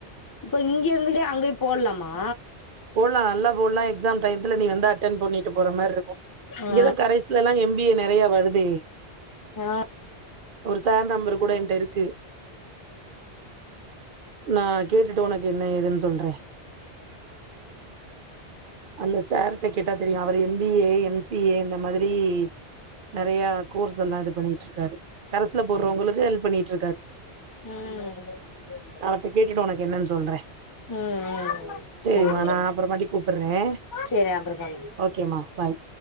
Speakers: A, on the left; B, on the right.
A: இப்ப இங்க இருந்தே அங்கே போடலாமா
B: போட்லா நல்லா போட்லா எக்ஸாம் டைத்துல நீ வந்து அட்டெண்ட் பண்ணிட்டு போற மாரி இருக்கு
A: ஆ
B: இங்கதா கரேசுலலா எம் பி ஏ நெறய வருதே
A: ஆ
B: ஒரு சார் நம்பர் கூட என்ட்ட இருக்கு நா கேட்டுட்டு உனக்கு என்ன ஏதுன் சொல்றே அந்த சார்ட்ட கேட்டா தெரியு அவர் M B A M C A இந்த மாதிரி நெறயா கோர்ஸ் எல்லா இது பண்ணிட் இருக்காரு கரஸ்ல போடுறவங்களுக்கு ஹெல்ப் பண்ணிட்டு இருக்காரு
A: ம்
B: அவர்ட்ட கேட்டுட்டு உனக்கு என்னன் சொல்றே
A: ம் ம்
B: சரிமா
A: சேரி
B: நா அப்புறமாட்டி கூப்பட்றே
A: சேரி அப்றோ பண்ணுங்க
B: ஓகே மா பாய்